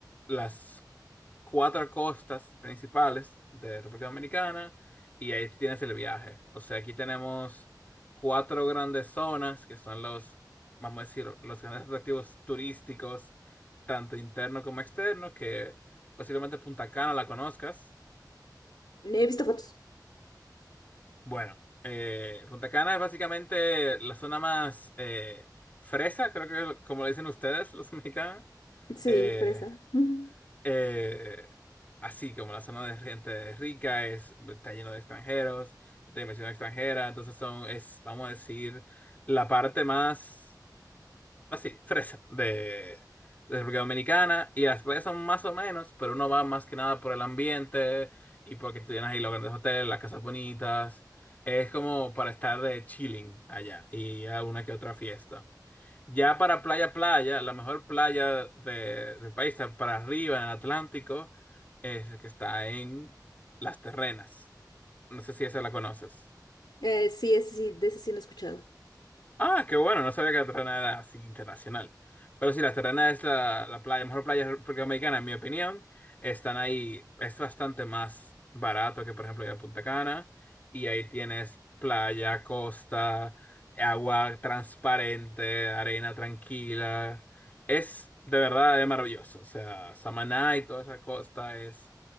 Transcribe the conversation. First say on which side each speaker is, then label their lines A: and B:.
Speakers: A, on the left; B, on the left.
A: las cuatro costas principales de República Dominicana y ahí tienes el viaje. O sea, aquí tenemos cuatro grandes zonas que son los, vamos a decir, los grandes atractivos turísticos, tanto internos como externos, que posiblemente Punta Cana la conozcas.
B: He visto fotos.
A: Bueno, eh, Punta Cana es básicamente la zona más eh, fresa, creo que es como le dicen ustedes, los <laughs> mexicanos.
B: Sí,
A: Eh,
B: fresa. Mm.
A: eh, así como la zona de gente rica, es, está lleno de extranjeros, de inversión extranjera, entonces son, es, vamos a decir, la parte más así, fresa, de, de República Dominicana, y las playas son más o menos, pero uno va más que nada por el ambiente y porque tú tienes ahí los grandes hoteles, las casas bonitas, es como para estar de chilling allá y a una que otra fiesta. Ya para playa, playa, la mejor playa de- del país está para arriba en el Atlántico, es que está en Las Terrenas. No sé si esa la conoces.
B: Eh, sí, ese sí, de ese sí no he escuchado.
A: Ah, qué bueno, no sabía que la Terrana era así internacional. Pero sí, la Terrana es la, la playa, mejor playa americana, en mi opinión. Están ahí, es bastante más barato que, por ejemplo, ir a Punta Cana. Y ahí tienes playa, costa, agua transparente, arena tranquila. Es de verdad es maravilloso. O sea, Samaná y toda esa costa es